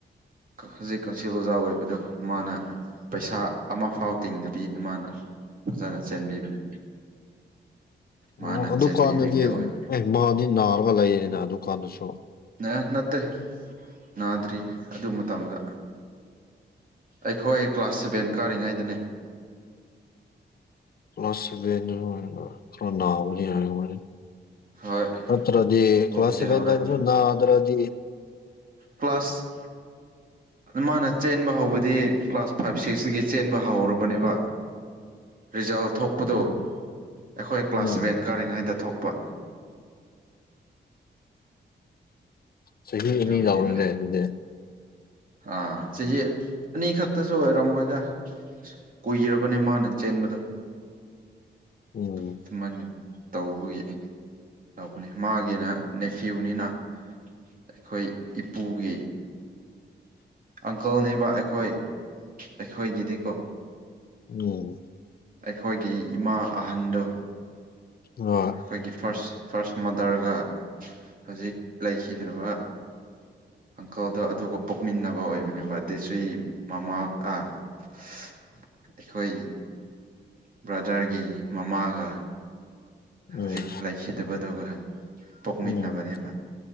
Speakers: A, on the right; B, on the left.
A: ꯍꯧꯖꯤꯛ ꯀꯛꯁꯤ ꯑꯣꯖꯥ ꯑꯣꯏꯕꯗꯣ ꯃꯥꯅ ꯄꯩꯁꯥ ꯑꯃꯐꯥꯎ ꯇꯤꯡꯗꯕꯤꯗ ꯃꯥꯅ ꯐꯖꯅ ꯆꯦꯟꯕꯤꯕꯅꯤ ꯃꯥꯅ
B: ꯑꯣ ꯑꯗꯨꯀꯥꯟꯗꯗꯤ
A: ꯆꯦꯟꯕꯤꯕꯒꯤ ꯑꯣꯏꯕꯅꯤ
B: ꯑꯦ ꯃꯥꯗꯤ ꯅꯥꯔꯒ ꯂꯩꯌꯦꯅꯦ ꯑꯗꯨꯀꯥꯟꯗꯁꯨ
A: ꯑꯦ ꯅꯠꯇꯦ ꯅꯥꯗ꯭ꯔꯤꯌꯦ ꯑꯗꯨ ꯃꯇꯝꯗ ꯑꯩꯈꯣꯏ ꯀ꯭ꯂꯥꯁ ꯁꯚꯦꯟ ꯀꯥꯔꯤꯉꯩꯗꯅꯦ
B: ꯄꯁꯅ ꯅꯅꯥꯅꯤ ꯍꯥꯏꯅ
A: ꯍꯣꯏ
B: ꯇ꯭ꯔꯗꯤ
A: ꯍꯧꯕꯕꯨꯗꯤ
B: ꯀ꯭ꯂꯥꯁ ꯁꯚꯦꯟꯗꯁꯨ
A: ꯍꯧꯔꯦ
B: ꯅ ꯑꯗ꯭ꯔꯗꯤ
A: ꯀ꯭ꯂ꯭ꯂꯥꯁ ꯃꯥꯅ ꯆꯦꯟꯕ ꯍꯧꯕꯗꯤ ꯀ꯭ꯂꯥꯁ ꯐꯥꯏꯚ ꯁꯤꯛꯁꯇꯒꯤ ꯆꯦꯟꯕ ꯍꯧꯔꯕꯅꯦꯕ ꯔꯤꯖꯜ ꯊꯣꯛꯄꯗꯨ
B: ꯎꯝ
A: ꯑꯩꯈꯣꯏ
B: ꯎꯝ
A: ꯀ꯭ꯂꯥꯁ ꯁꯚꯦꯟ ꯀꯥꯔꯤꯉꯩꯗ ꯊꯣꯛꯄ ꯄ
B: ꯆꯍꯤ
A: ꯑꯗꯨꯒꯅꯤꯗ
B: ꯑꯅꯤ ꯌꯥꯎꯔꯅꯦ ꯑꯗꯨꯗꯤ
A: ꯑꯥ ꯆꯍꯤ ꯑꯅꯤ ꯈꯛꯇꯁꯨ ꯑꯣꯏꯔꯝꯃꯣꯏꯗ ꯀꯨꯏꯔꯕꯅꯦ ꯃꯥꯅ ꯆꯦꯟꯕꯗꯣ
B: ꯎꯝ
A: ꯑꯗꯨꯃꯥꯏꯅ ꯇꯧꯕꯒꯤ ꯇꯧꯕꯅꯤ ꯃꯥꯒꯤꯅ ꯅꯦꯐꯤꯌꯨꯅꯤꯅ ꯑꯩꯈꯣꯏ ꯏꯄꯨꯒꯤ ꯑꯪꯀꯜꯅꯦꯕ ꯑꯩꯈꯣꯏ ꯑꯩꯈꯣꯏꯒꯤꯗꯤꯀꯣ
B: ꯑꯣꯝ
A: ꯑꯩꯈꯣꯏꯒꯤ ꯏꯃꯥ ꯑꯍꯟꯗꯨ
B: ꯍꯣꯏ
A: ꯑꯩꯈꯣꯏꯒꯤ ꯐꯥꯔꯁ ꯐꯥꯔꯁ ꯃꯥꯗꯔꯒ ꯍꯧꯖꯤꯛ ꯂꯩꯈꯤꯗ꯭ꯔꯕ ꯑꯪꯀꯜꯗꯣ ꯑꯗꯨꯒ ꯄꯣꯛꯃꯤꯟꯅꯕ ꯑꯣꯏꯕꯅꯦꯕ ꯗꯦꯁ ꯃꯃꯥ ꯑꯩꯈꯣꯏ ꯕ꯭ꯔꯗꯔꯒꯤ ꯃꯃꯥꯒ ꯍꯧꯖꯤꯛ
B: ꯎꯝ
A: ꯂꯩꯈꯤꯗꯕꯗꯨꯒ ꯄꯣꯛꯃꯤꯟꯅꯕꯅꯦꯕ
B: ꯎꯝ